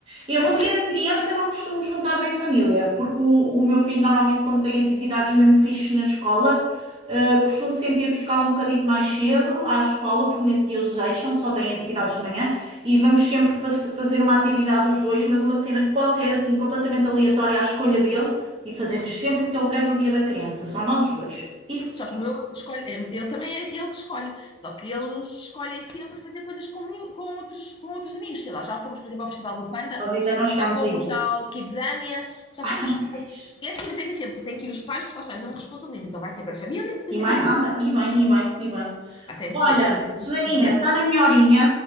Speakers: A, on the right; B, on the left.
A: Eu
B: Bem,
A: no dia da criança não costumo juntar-me em família, porque o, o meu filho normalmente, como tem atividades mesmo fixe na escola, eh, costumo sempre ir buscá-lo um bocadinho mais cedo à escola, porque nesse dia eles deixam, só têm atividades de manhã, e vamos sempre passe- fazer uma atividade os dois, mas uma cena qualquer, assim, completamente aleatória à escolha dele, e fazemos sempre o que ele quer no dia da criança, só nós os dois. Isso
B: Mas Só que
A: é o
B: o meu escolhe, é- ele também é ele que escolhe, só que eles escolhem sempre fazer coisas com, miú- com outros, com outros amigos, sei lá, já fomos, por exemplo, ao Festival do Panda,
A: Nós ainda não chegámos
B: já fomos
A: a isso.
B: ao Kidzania, já
A: Ai,
B: fomos.
A: tão fixe.
B: É assim, mas é que é sempre, tem que ir os pais, porque lá está, eu não me responsabilizo, então vai sempre a família e
A: E
B: os amiguinhos.
A: mais nada. E bem, e bem, e bem.
B: Ah, tem
A: Olha,
B: de ser, tem
A: Susaninha,
B: de dizer.
A: está na minha horinha.